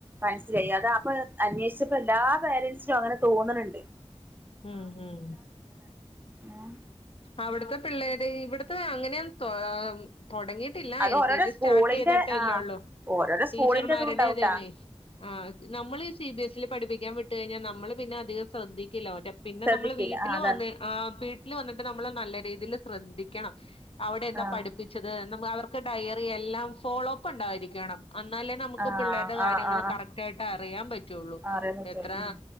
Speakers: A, on the right; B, on the left.
A: മനസ്സിലായി അത അപ്പൊ അന്വേഷിച്ചപ്പോ എല്ലാ പേരൻസിനും അങ്ങനെ തോന്ന്ണ്ണ്ട്
B: ഉം ഉം
A: ഏഹ്
B: അവിട്ത്തെ പിള്ളേര് ഇവിടുത്തെ അങ്ങനെയൊന്ന് തൊ തൊടങ്ങി- ട്ടില്ല
A: അത്
B: എൽ
A: ഓരോരോ
B: കെ ജി
A: സ്കൂളിന്റെ
B: സ്റ്റാർട്ട് ചെയ്തിട്ടല്ലേള്ളൂ
A: ആഹ് ഓരോരോ സ്കൂളിന്റെ
B: ടീച്ചർമാരുടെ
A: ഇതും ഉണ്ടാവുട്ടാ
B: അതന്നെ ആ നമ്മള് ഈ സി ബി എസ്സിൽ പഠിപ്പിക്കാൻ വിട്ട് കഴിഞ്ഞാൽ നമ്മള് പിന്നെ അധികം ശ്രദ്ധിക്കില്ല മറ്റേ പിന്നെ
A: ശ്രദ്ധിക്കില്ല
B: നമ്മള് വീട്ടിൽ
A: ആഹ് അതാണ്
B: വന്ന് ആഹ് വീട്ടിൽ വന്നിട്ട് നമ്മള് നല്ല രീതിയിൽ ശ്രദ്ധിക്കണം അവിടെ ഏതാ
A: ആഹ്
B: പഠിപ്പിച്ചത് നമ്മു അവർക്ക് ഡയറി എല്ലാം ഫോളോ അപ്പ് ഉണ്ടായിരിക്കണം അന്നാലേ നമുക്ക്
A: ആഹ്
B: പിള്ളേര്ടെ കാര്യങ്ങൾ
A: ആഹ് ആഹ്
B: കറക്റ്റ് ആയിട്ട് അറിയാൻ പറ്റുള്ളൂ
A: ആഹ് അറിയാൻ പറ്റുള്ളൂ
B: എത്ര
A: ഉം